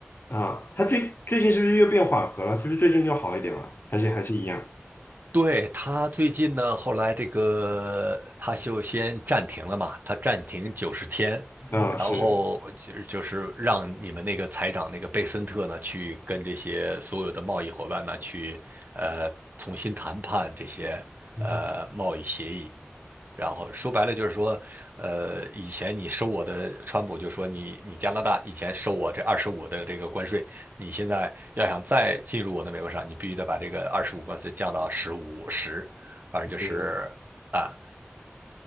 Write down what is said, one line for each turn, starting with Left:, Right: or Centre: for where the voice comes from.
Left: 啊，它最最近是不是又变缓和了？就是最近又好一点了，还是还是一样？
Right: 对，他最近呢，后来这个他就先暂停了嘛，他暂停九十天，
Left: 啊，
Right: 然后就是就是让你们那个财长那个贝森特呢，
Left: 是，
Right: 去跟这些所有的贸易伙伴呢，去呃重新谈判这些呃贸易协议。
Left: 嗯哼，
Right: 然后说白了就是说，呃，以前你收我的，川普就说你你加拿大以前收我这二十五的这个关税，你现在要想再进入我的美国市场，你必须得把这个二十五关税降到十五十1反正就是。
Left: 嗯，嗯
Right: 啊。